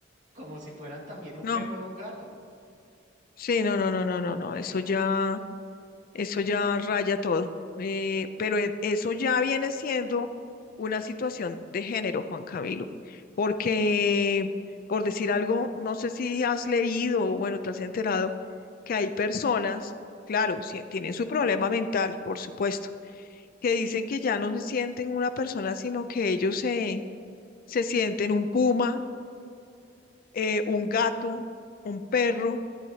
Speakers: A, on the right; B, on the left.
A: como si fueran también un
B: no,
A: perro o un gato.
B: sí, no, no, no, no, no, no, eso ya, eso ya raya todo. Eh, pero e- eso ya viene siendo una situación de género, Juan Camilo, porque, por decir algo, no sé si has leído o bueno, te has enterado que hay personas, claro, sí, tienen su problema mental, por supuesto, que dicen que ya no se sienten una persona, sino que ellos se, se sienten un puma, eh, un gato, un perro